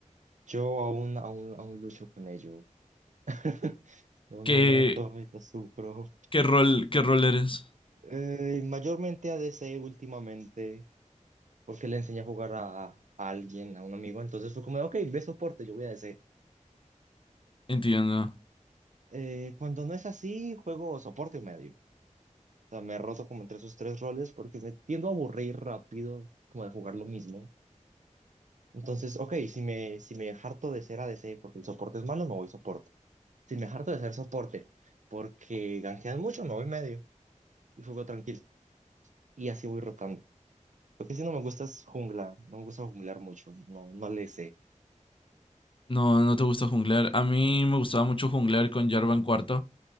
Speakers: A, on the right; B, on the left.
A: Yo aún, aún, aún lucho con ello. <laughs> Yo
B: Que
A: me meto y lo sufro.
B: ¿Qué rol, qué rol eres?
A: Eh, mayormente A D c últimamente, porque le enseñé a jugar a, a alguien, a un amigo. Entonces fue como, ok, ve soporte, yo voy a ADC.
B: Entiendo.
A: Eh, cuando no es así, juego soporte o medio. O sea, me he roto como entre esos tres roles porque me tiendo a aburrir rápido, como de jugar lo mismo. Entonces, ok, si me, si me harto de ser ADC porque el soporte es malo, me voy soporte. Si me harto de ser soporte porque ganjean mucho, me voy medio y juego tranquilo. Y así voy rotando. Lo que sí no me gusta es jungla. No me gusta junglar mucho. No, no le sé.
B: No, no te gusta junglear. A mí me gustaba mucho junglear con Jarvan Cuarto.